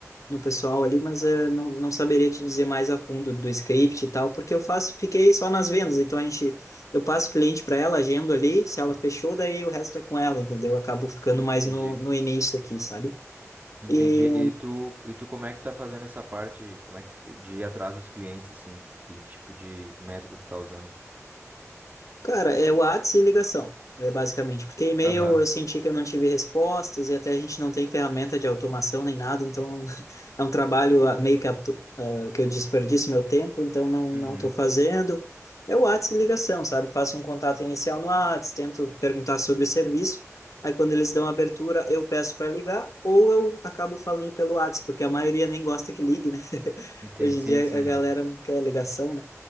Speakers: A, on the left (about 75°); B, on the right (about 30°).
A: No pessoal ali, mas eh, não, não saberia te dizer mais a fundo do script e tal, porque eu faço, fiquei só nas vendas, então a gente eu passo o cliente para ela, agendo ali, se ela fechou, daí o resto é com ela, entendeu? Eu acabo ficando
B: Hum,
A: mais
B: entendi.
A: no, no início aqui, sabe?
B: Entendi.
A: E
B: E tu, e tu como é que tá fazendo essa parte, como é que de ir atrás dos clientes assim, que tipo de método tu tá usando?
A: Cara, é WhatsApp e ligação, é basicamente. Porque e-mail
B: Aham.
A: eu senti que eu não tive respostas e até a gente não tem ferramenta de automação nem nada, então <laughs> é um trabalho ah, meio que, atu- ah, que eu desperdiço meu tempo, então não
B: Uhum.
A: não estou fazendo. É WhatsApp e ligação, sabe? Faço um contato inicial no WhatsApp, tento perguntar sobre o serviço. Aí quando eles dão abertura, eu peço para ligar ou eu acabo falando pelo WhatsApp, porque a maioria nem gosta que ligue, né? <laughs>
B: Entendi.
A: Hoje
B: Sim,
A: em dia
B: sim,
A: a galera
B: é.
A: não quer ligação, né?